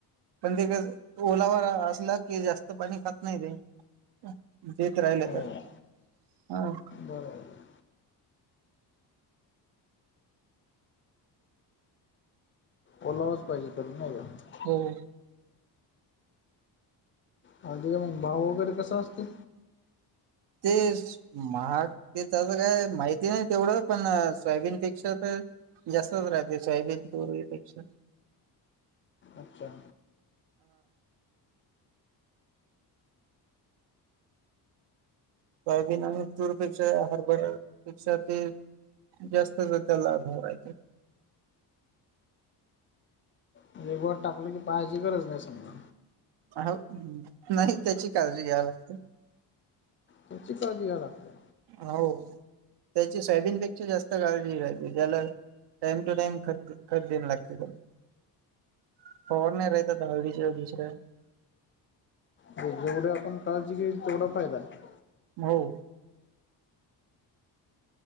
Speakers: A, on the right; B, on the left.
A: पण ते ओलावा असला की जास्त पाणी खात नाही ते. तुमचे एक राहिले
B: हम्म.
A: तर. हो,
B: बरोबर. ओलावाच पाहिजे नाही का?
A: हो हो,
B: हळदीचा मग भाव वगैरे कसा असतोय.
A: ते, महाग ते त्याचं काय माहिती नाही तेवढं आपण, सोयाबिनपेक्षा तर जास्तच राहते सोयाबिन पूर्वीपेक्षा,
B: अच्छा!
A: सोयाबीन, तूरपेक्षा, हरभरापेक्षा ते जास्तच त्याला भाव राहायचे.
B: म्हणजे उगवाय टाकलं की पहायची गरज नाही समजा.
A: हो, नाही त्याची काळजी घ्याव लागते.
B: त्याची काळजी घ्या लागत्या.
A: हो, त्याची सोयबीनपेक्षा जास्त काळजी घ्या <unintelligible> टाइम टू टाइम खत ख देन लागते त्याला. <unintelligible>
B: हो जेवढे आपण काळजी घेईल तेवढा फायदा आहे.
A: मऊ.